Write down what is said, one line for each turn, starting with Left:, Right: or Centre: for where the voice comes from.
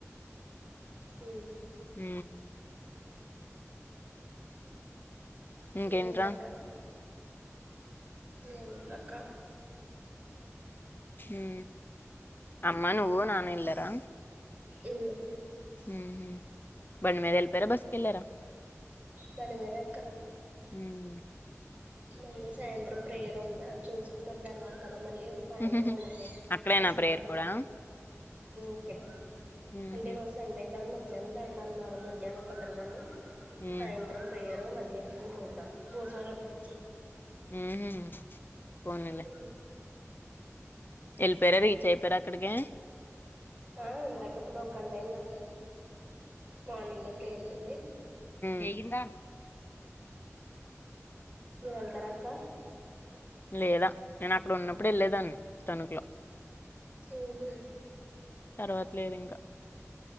Right: అ
Left: ఊ ఇంకేంట్రా
Right: ఇంకేటక్కా ఏందక్కా
Left: ఊ అమ్మ నువ్వు నాన ఎల్లారా
Right: ఉ
Left: ఉహు బండి మీద ఎల్లిపోయారా బస్సుకి ఎల్లారా
Right: మని మేన ఎక్క
Left: ఉమ్,
Right: మళ్ళీ సాయంత్రం ప్రేయర్ ఉంది అది చూసుకున్నప్పుడు వెళ్ళాలి కదా మళ్ళీ సాయంత్రం
Left: ఉహుహు.
Right: అనుకో
Left: అక్కడేనా
Right: బస్సులు
Left: ప్రేయర్
Right: కట్టం
Left: కూడా
Right: ఇక్కడే
Left: ఉహుం,
Right: అంటే ఈ రోజు సండే కాదు మధ్యాహ్నం పెడతా అన్నారు మధ్యాహ్నం కుదరగాని
Left: ఉమ్,
Right: సాయంత్రం ప్రేయరు మధ్యాహ్నం భోజవాల్ భోజనాల్ అప్పుడు
Left: ఉహు పోనిలే
Right: ఆ
Left: వెళ్లిపోరా రీచ్ అయిపోరా అక్కడికి
Right: ఆ ఇందాక ఇప్పుడు ఒక గంట అయింది అక్క మార్నింగ్ ఎప్పుడురిపింది
Left: చేయందా
Right: మీరు వెళ్తార అక్క
Left: లేదా నేను అక్కడ ఉన్నప్పుడు వెళ్లేదాన్ని తణుకులో
Right: ఉహు
Left: తర్వాతలేదు ఇంకా